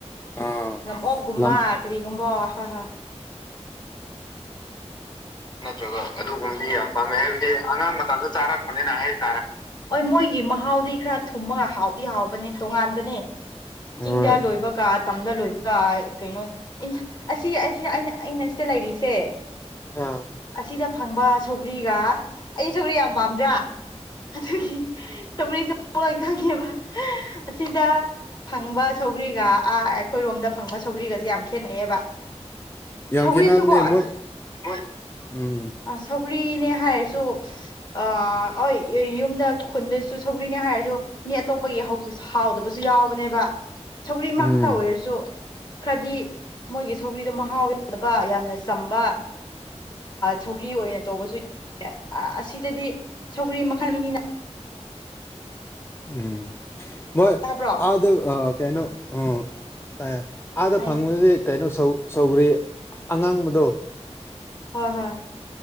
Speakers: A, on the left; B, on the left.
A: ꯑꯥ
B: ꯂꯝ ꯑꯣꯛꯀꯨꯝꯕ
A: ꯂꯝ
B: ꯀꯔꯤꯒꯨꯝꯕ ꯍꯥ ꯍꯥꯥ ꯅꯠꯇ꯭ꯔꯒ ꯑꯗꯨꯒꯨꯝꯕꯗꯤ ꯌꯥꯝ ꯄꯥꯝꯃꯦ ꯍꯥꯏꯕꯗꯤ ꯑꯉꯥꯡ ꯃꯇꯗ ꯆꯥꯔꯛꯄꯅꯦꯅ ꯍꯥꯏ ꯍꯣꯏ ꯃꯣꯏꯒꯤ ꯃꯍꯥꯎꯗꯤ ꯈꯔ ꯊꯨꯝꯃꯒ ꯍꯥꯎꯗꯤ ꯍꯥꯎꯕꯅꯦ ꯇꯣꯉꯥꯟꯕꯅꯦ
A: ꯍꯣꯏ
B: ꯆꯤꯡꯗ ꯂꯣꯏꯕꯒ ꯇꯝꯗ ꯂꯣꯏꯕꯒ ꯀꯩꯅꯣ ꯑꯁꯤ ꯑꯁꯤ ꯑ ꯑꯩꯅ ꯁꯤꯗ ꯂꯩꯔꯤꯁꯦ
A: ꯑꯥ
B: ꯑꯁꯤꯗ ꯐꯪꯕ ꯁꯧꯒ꯭ꯔꯤꯒ ꯑꯩ ꯁꯧꯒ꯭ꯔꯤ ꯌꯥꯝ ꯄꯥꯝꯗ꯭ꯔꯥ ꯑꯗꯨꯒꯤ ꯆꯔꯤ ꯆ ꯂ ꯈꯪꯉꯦꯕ ꯑꯁꯤꯗ ꯐꯪꯕ ꯁꯧꯒ꯭ꯔꯤꯒ ꯑꯥ ꯑꯩꯈꯣꯏꯔꯣꯝꯗ ꯐꯪꯕ ꯁꯧꯒ꯭ꯔꯤꯒꯁꯦ ꯌꯥꯝ ꯈꯦꯠꯅꯩꯌꯦꯕ
A: ꯌꯥꯝ
B: ꯁꯧꯒ꯭ꯔꯤꯁꯨꯀꯣ
A: ꯈꯦꯠꯅꯕꯝꯅꯦ ꯃꯣꯏ
B: ꯃꯣꯏ
A: ꯎꯝ
B: ꯑ ꯁꯧꯒ꯭ꯔꯤꯅꯦ ꯍꯥꯏꯔꯁꯨ ꯑ ꯍ ꯌꯨꯝꯗ ꯈꯨꯟꯗꯁꯨ ꯁꯧꯒ꯭ꯔꯤꯅꯦ ꯍꯥꯏꯔꯁꯨ ꯃꯤ ꯑꯇꯣꯞꯄꯒꯤ ꯍꯥꯎꯗꯕꯁꯨ ꯌꯥꯎꯕꯅꯦꯕ ꯁꯧꯒ꯭ꯔꯤ ꯉꯛꯇ
A: ꯎꯝ
B: ꯑꯣꯏꯔꯁꯨ ꯈꯔꯗꯤ ꯃꯣꯏꯒꯤ ꯁꯧꯒ꯭ꯔꯤꯗꯣ ꯃꯍꯥꯎꯋꯦ ꯕ ꯌꯥꯝꯅ ꯆꯝꯕ ꯁꯧꯒ꯭ꯔꯤ ꯑꯣꯏꯅ ꯇꯧꯕꯁꯨ ꯌꯥ ꯑꯁꯤꯗꯗꯤ ꯁꯧꯒ꯭ꯔꯤ ꯃꯈꯜꯅꯤꯅ
A: ꯎꯝ ꯃꯣꯏ
B: ꯇꯥꯕ꯭ꯔꯣ
A: ꯑꯗ ꯀꯩꯅꯣ ꯑ ꯇꯥꯏ ꯑꯥꯗ
B: ꯍꯥꯏꯌꯣ
A: ꯐꯪꯕꯗꯗꯤ ꯀꯩꯅꯣꯧ ꯁꯧꯈ꯭ꯔꯤ ꯑꯉꯥꯡꯕꯗꯣ
B: ꯍꯣꯏ ꯍꯣꯏ